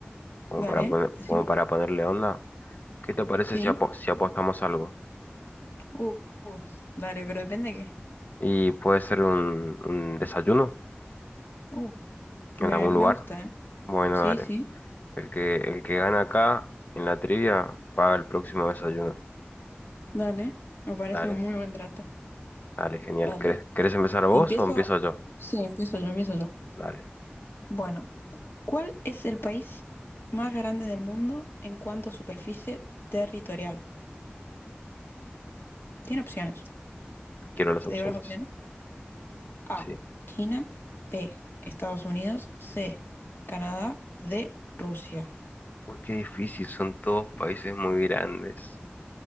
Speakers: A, on the left; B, on the left.
A: Como
B: Dale,
A: para poner,
B: decime.
A: como para ponerle onda. ¿Qué te parece
B: Sí.
A: si, apo- si apostamos algo?
B: Uh, uh, dale, pero depende de qué.
A: ¿Y puede ser un, un desayuno
B: Uh,
A: en
B: me,
A: algún
B: me
A: lugar?
B: gusta, ¿eh?
A: Bueno,
B: Sí,
A: dale.
B: sí.
A: El que, el que gana acá en la trivia paga el próximo desayuno.
B: Dale, me parece
A: Dale.
B: un muy buen trato.
A: Dale, genial.
B: Dale.
A: ¿Querés, querés empezar vos
B: Empiezo.
A: o empiezo yo?
B: Sí, empiezo yo, empiezo yo.
A: Dale.
B: Bueno. ¿Cuál es el país más grande del mundo en cuanto a superficie territorial? Tiene opciones.
A: Quiero las
B: ¿Te
A: opciones.
B: digo las opciones? A,
A: Sí.
B: China, B, Estados Unidos, C, Canadá, D, Rusia.
A: Uy, qué difícil, son todos países muy grandes.